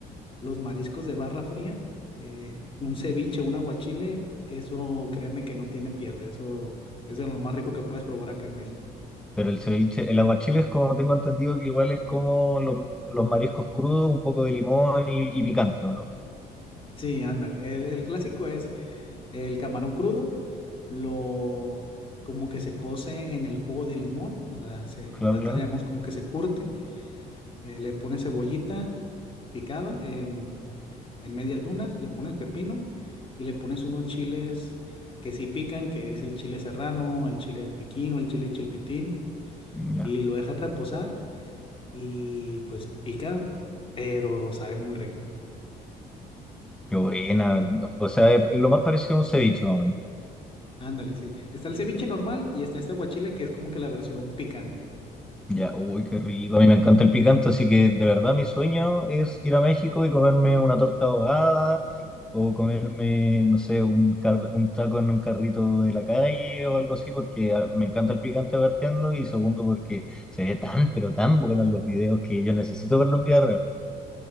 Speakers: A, on the left; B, in the centre.
A: los mariscos de barra fría, eh, un ceviche, un aguachile, eso créeme que no tiene pierde, eso es de lo más rico que puedes probar acá en México.
B: Pero el ceviche, el aguachile es como tengo entendido que igual es como los, los mariscos crudos, un poco de limón y, y picante, ¿o no?
A: Sí, ándale, el, el clásico es el camarón crudo, lo como que se cose en el jugo de limón, o sea, se,
B: Claro,
A: acá
B: claro.
A: le llamamos como que se curte, eh, le pones cebollita picada en, en medias lunas, le pones pepino y le pones unos chiles que sí pican, que es el chile serrano, el chile piquín o el chile chilpitín.
B: Ya.
A: y lo dejas reposar y pues pica, pero sabe muy rico.
B: Qué buena. O sea, es, es lo más parecido a un ceviche, más o menos.
A: Ándale, sí. Está el ceviche normal y está este aguachile que es como que la versión picante.
B: Ya, uy, qué rico. A mí me encanta el picante, así que de verdad mi sueño es ir a México y comerme una torta ahogada o comerme, no sé, un, car- un taco en un carrito de la calle o algo así, porque ah, me encanta el picante partiendo y segundo porque se ve tan, pero tan bueno en los videos que yo necesito verlo en vida real.